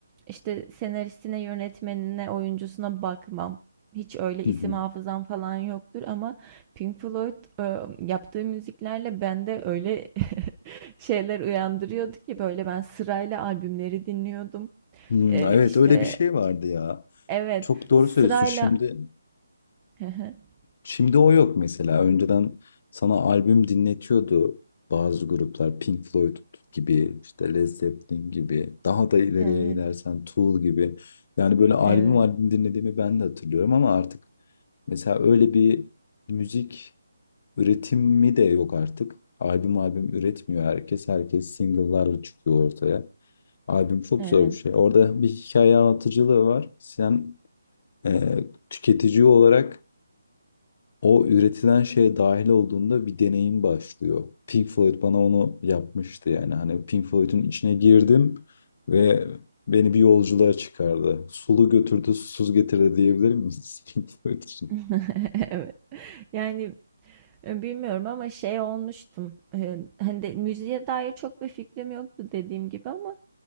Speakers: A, on the right; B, on the left.
A: işte senaristine, yönetmenine, oyuncusuna bakmam. Hiç öyle
B: <laughs>
A: isim hafızam falan yoktur ama Pink Floyd e, yaptığı müziklerle bende öyle <laughs> şeyler uyandırıyordu ki böyle ben sırayla albümleri dinliyordum.
B: Hmm,
A: Eee,
B: evet
A: işte
B: öyle bir şey vardı ya.
A: evet,
B: Çok doğru
A: sırayla
B: söylüyorsun. Şimdi
A: <laughs>
B: Şimdi o yok mesela. Önceden sana albüm dinletiyordu bazı gruplar. Pink Floyd gibi, işte Led Zeppelin gibi, daha da ileriye
A: Evet,
B: gidersen Tool gibi. Yani böyle albüm
A: evet,
B: albüm dinlediğimi ben de hatırlıyorum ama artık mesela öyle bir müzik üretimi de yok artık. Albüm albüm üretmiyor herkes. Herkes single'larla çıkıyor ortaya. Albüm çok
A: evet.
B: zor bir şey. Orada bir hikaye anlatıcılığı var. Sen e, tüketici olarak o üretilen şeye dahil olduğunda bir deneyim başlıyor. Pink Floyd bana onu yapmıştı yani. Hani Pink Floyd'un içine girdim ve beni bir yolculuğa çıkardı. Sulu götürdü, susuz getirdi diyebilir miyiz <laughs> Pink Floyd için?
A: <laughs> Evet. Yani, eee, bilmiyorum ama şey olmuştum, eee, hani, de müziğe dair çok bir fikrim yoktu dediğim gibi ama,